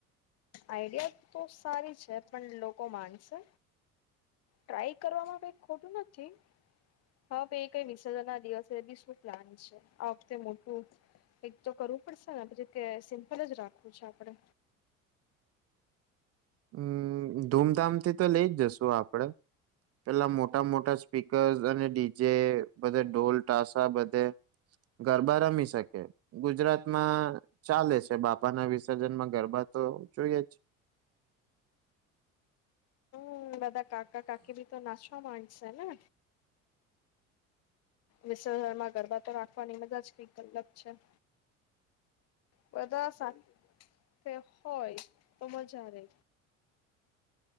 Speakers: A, on the left; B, on the right.
A: આઈડિયા તો સારી છે પણ લોકો માનશે. ટ્રાય કરવામાં કઈ ખોટું નથી. હા એ કઈ વિસર્જન ના દિવસે બી શું પ્લાન છે આ વખતે મોટું કઈક તો કરવું પડશે ને પછી કે સિમ્પલ જ રાખવું છે આપડે.
B: હમમ ધૂમધામ થી તો લઈ જ જશુ આપડે. પેલા મોટા, મોટા સ્પીકર્સ અને ડીજે બધે ઢોલ ટાસા બધે ગરબા રમી શકે. ગુજરાતમાં ચાલે છે બાપા ના વિસર્જન માં ગરબા તો જોઈએ જ.
A: હમમ બધા કાકા, કાકી ભી તો નાચવા ના હોય છે ને. વિસર્જન માં ગરબા તો રાખવાની મજા જ કઈક અલગ છે. બધા સાથે હોય તો મજા રે.